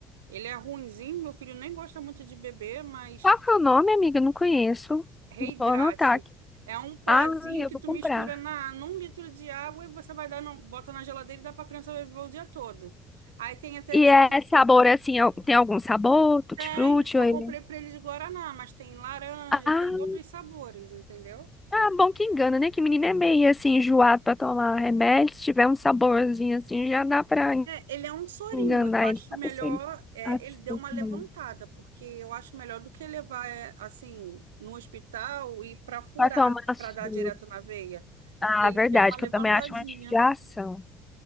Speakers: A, on the right; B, on the left.
A: Ele é ruinzinho, meu filho nem gosta muito de beber, mas
B: Qual que é o nome, amiga? Eu Não conheço.
A: reidrate.
B: Vou anotar aqui.
A: É um pozinho
B: Ah, eu
A: que
B: vou
A: tu
B: comprar.
A: mistura na, num litro de água e você vai dar, no- bota na geladeira e dá pra criança beber o dia todo. Aí tem até
B: E
A: de
B: é
A: sabor.
B: sabor assim, al- tem algum sabor? Tutti-frutti
A: Tem, eu
B: ou ele?
A: comprei pra ele de guaraná, mas tem laranja,
B: Ah,
A: tem outros sabores, entendeu?
B: ah, bom que engana, né? Que menino é meio assim, enjoado pra tomar remédio. Se tiver um saborzinho assim, já dá pra
A: É, ele é um sorinho.
B: enganar
A: Eu acho
B: ele. Sabe
A: melhor.
B: assim?
A: é,
B: Açúcar.
A: ele deu uma levantada, porque eu acho melhor do que levar, é, assim, no hospital e para furar,
B: Pra tomar açúcar.
A: para dar direto na veia.
B: Ah,
A: E ele
B: verdade,
A: deu uma levantadinha.
B: que eu também acho uma judiação.